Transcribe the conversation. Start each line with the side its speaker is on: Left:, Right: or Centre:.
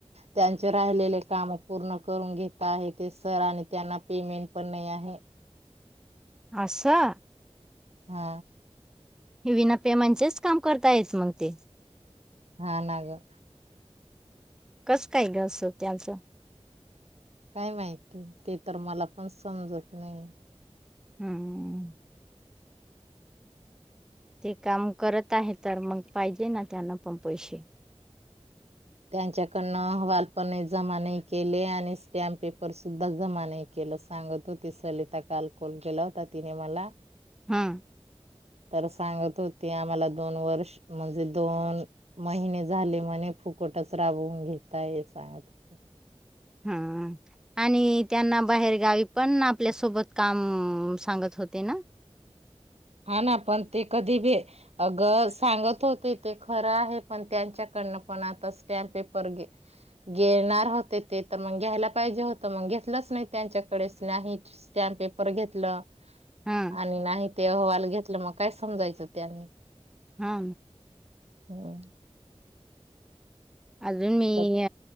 Right: त्यां राहि काम पूर्ण करून घेता आहेत ते सर.. आणि त्यांना पेमेंट पण नाही आहे..
Centre: आशा...
Right: ह...
Centre: हे विनापेमांचेच काम करता येत मग ते..
Right: हा ना ग...
Centre: कस काय ग असं.. त्यांचं
Right: काय माहिती ते तर मला पण समजत नाहीे..
Centre: हम्म.... ते काम करत आहे तर मग पाहिजे ना त्यांना पण पैसे...
Right: त्यांच्याकडनं अहवालपण जमा नाही केले आणि स्टॅम्प पेपर सुद्धा जमा नाही केले.. सांगत होती सलिता काल कॉल गेला होता तिने मला...
Centre: हम्म..
Right: तर सांगत होती आम्हाला दोन वर्ष म्हणजे दोन महिने झाले म्हणे... फुकटच राबवून घेतताय हे सांगत होत...
Centre: हम आणि त्यांना बाहेर गावी पण आपल्यासोबत काम सांगत... होते ना..
Right: हा ना पण ते कधी भी अग सांगत होते ते खरं आहे पण त्यांच्या... कडनं पण आता स्टॅम्प पेपर घेणार होते ते घ्यायला पाहिजे होत मग... घेतलंच नाही त्यांच्याकडे नाही स्टॅम्प पेपर घेतलं
Centre: हा
Right: आणि नाही... ते अहवाल घेतलं मग काय समजायचं त्यांनी...
Centre: हा...
Right: हम्...
Centre: अजून मी
Right: तर-